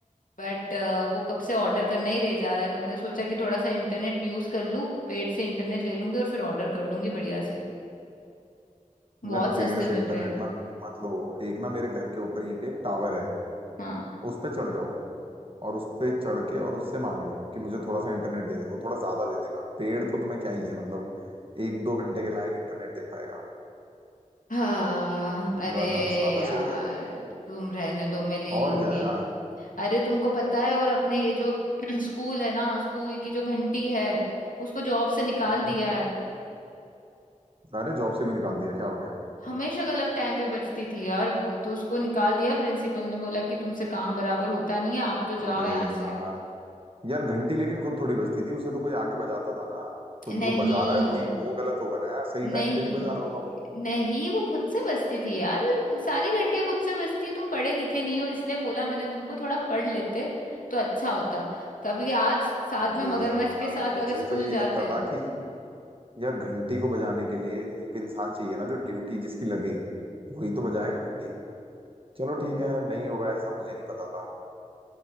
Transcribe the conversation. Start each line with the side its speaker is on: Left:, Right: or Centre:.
Left: बट वो कब से ऑर्डर करना ही रह जा रहा है तो मैंने सोचा कि थोड़ा सा इंटरनेट यूज कर लूँ पेड से इंटरनेट ले लूंगी और फिर ऑर्डर कर दूंगी बढ़िया से बहुत
Right: यार
Left: सस्ते
Right: पेड़ से
Left: मिल
Right: इंटरनेट
Left: रहे हैं
Right: मत मत लो एक ना मेरे घर के ऊपर यहीं पे एक टावर है
Left: हाँ।
Right: उस पे चढ़ जाओ और उस पे चढ़ के और उससे मांग लो कि मुझे थोड़ा सा इंटरनेट दे दो वो थोड़ा ज्यादा दे देगा पेड़ तो तुम्हें क्या ही है मतलब एक दो घंटे के लायक इंटरनेट दे पाएगा
Left: हाँ अरे
Right: ये वाला ज्यादा
Left: यार
Right: सही रहेगा
Left: तुम रहने दो मैं ले
Right: और
Left: लूंगी
Right: क्या यार
Left: अरे तुमको पता है और अपने ये जो <clears throat> स्कूल है ना स्कूल की जो घंटी है उसको जॉब से निकाल
Right: हम्म
Left: दिया है
Right: अरे जॉब से क्यों निकाल दिया क्या हो गया
Left: हमेशा गलत टाइम पे बजती थी यार वो तो उसको निकाल दिया प्रिंसिपल ने बोला कि तुमसे काम बराबर होता नहीं है आप तो जाओ
Right: अरे
Left: यहाँ
Right: यार
Left: से
Right: यार घंटी लेकिन खुद थोड़ी बजती थी उसे तो कोई आके बजाता था ना तो
Left: नहीं
Right: जो बजा रहा है वही वो गलत होगा ना यार सही
Left: नहीं
Right: टाइम पे नहीं बजा रहा होगा वो
Left: नहीं वो खुद से बसती थी यार सारी घंटियां खुद से बसती है तुम पढ़े लिखे नहीं हो इसलिए बोला मैंने तुमको थोड़ा पढ़ लेते तो अच्छा होता कभी आज साथ
Right: अबे
Left: में मगरमच्छ
Right: यार
Left: के साथ
Right: मुझे
Left: अगर स्कूल
Right: तो यही
Left: जाते
Right: लगता था कि यार घंटी को बजाने के लिए एक इंसान चाहिए ना जो ड्यूटी जिसकी लगे वही तो बजाएगा घंटी चलो ठीक है नहीं होगा ऐसा मुझे नहीं पता था